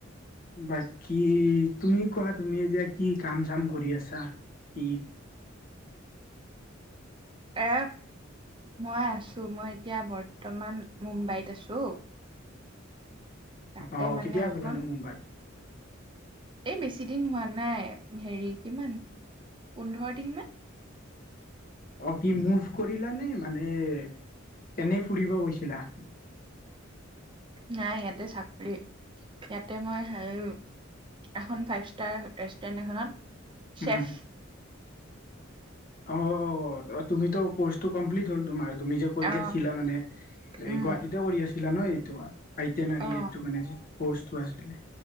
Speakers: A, on the left (about 45°); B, on the right (about 25°).
A: বাকী তুমি কোৱা তুমি এতিয়া কি কাম চাম কৰি আছা। উম।
B: এ মই আছ। মই এতিয়া বৰ্তমান মুম্বাইত আছো। তাতে
A: আহ
B: মানে
A: কেতিয়া
B: এখন
A: গ'লনো মুম্বাই?
B: এই বেছি দিন হোৱা নাই হেৰি কিমান পোন্ধৰ দিন মান।
A: অ কি মুভ কৰিলানে মানে - এনেই ফুৰিব গৈছিলা?
B: নাই ইয়াতে চাকৰি, ইয়াতে মই হায়ি এখন ফাইভ ষ্টাৰ ৰেষ্টুৰেণ্ট এখনত।
A: হম।
B: চেফ
A: অহ, তুমিতো কৰ্চটো কমপ্লিট হল তোমাৰ। তুমি যে কৰি
B: অ
A: আছিলা মানে এই
B: উম
A: গুৱাহাটীতে কৰি আছিলা ন' এইটো, আইটন
B: অ
A: এইটো মানে যি কচটো আছিলে।